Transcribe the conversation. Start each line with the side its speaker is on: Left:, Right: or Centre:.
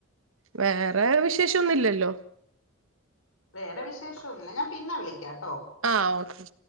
Right: വേറെ വിശേഷം ഒന്നുമില്ലല്ലോ?
Left: വേറെ വിശേഷംന്നില്ല ഞാൻ പിന്നെ വിളിക്കാംട്ടോ.
Right: ആ ഓക്കെ